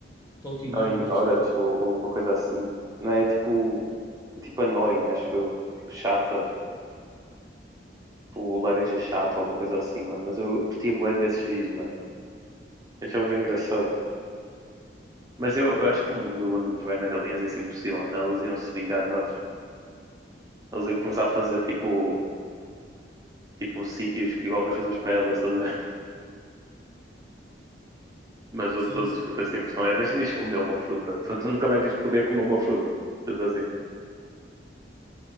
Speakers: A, on the left; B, on the right.
A: Talking
B: Annoying
A: Orange,
B: Orange
A: acho que. é.
B: ou, ou alguma coisa assim. Não é É tipo, é tipo Annoying, acho eu. Tipo chata, tipo laranja chata ou alguma coisa assim, mano. Mas eu curtia bué desses vídeos, mano. Eu já bem engraçado. Mas eu, eu acho que o mundo onde governa galinhas ia ser impossível, mano. Elas iam se vingar de nós. Elas iam começar a fazer tipo, tipo sítios que igual nós fazemos para elas, estás a ver? Mas onde
A: Sim,
B: todas
A: sim.
B: as frutas têm pressão. Imagina isto comer uma fruta. Tu, tu nunca mais ias poder comer uma fruta. Mas assim.